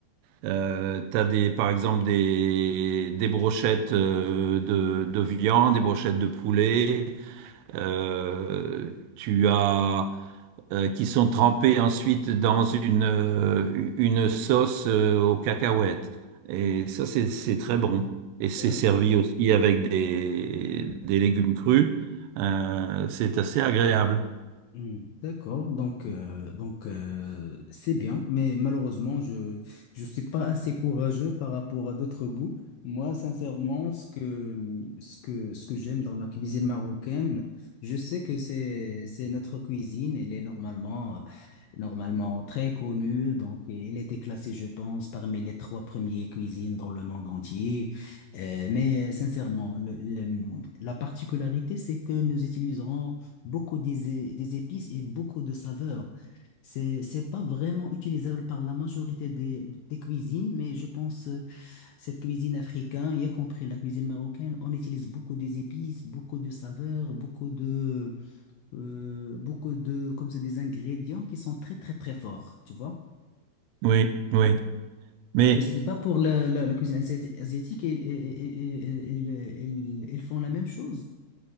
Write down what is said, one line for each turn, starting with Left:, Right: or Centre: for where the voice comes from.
Right: Euh, t'as des, par exemple des, des brochettes euh, de, de viande, des brochettes de poulet. euh, tu as euh, qui sont trempées ensuite dans une euh, une sauce euh, aux cacahuètes. Et ça c'est c'est très bon. Et c'est
Left: Mm.
Right: servi aussi avec des des légumes crus. Euh, c'est assez agréable.
Left: Hmm, D'accord, donc euh, donc euh, c'est bien, mais malheureusement je je suis pas assez courageux par rapport à d'autres goûts. Moi, sincèrement, ce que ce que ce que j'aime dans la cuisine marocaine, je sais que c'est c'est notre cuisine, elle est normalement euh, normalement très connue, donc elle était classée, je pense, parmi les trois premières cuisines dans le monde entier. Euh, mais euh, sincèrement, le- le- la particularité, c'est que nous utiliserons beaucoup des, des épices et beaucoup de saveurs. C'est, c'est pas vraiment utilisable par la majorité des, des cuisines, mais je pense euh, cette cuisine africaine, y compris la cuisine marocaine, on utilise beaucoup des épices, beaucoup de saveurs, beaucoup de, euh, beaucoup de, comme c'est des ingrédients qui sont très très très forts, tu vois?
Right: Oui, oui. Mais
Left: Je sais pas pour la, la, la cuisine asiati- asiatique, ils, ils, ils, ils ils font la même chose.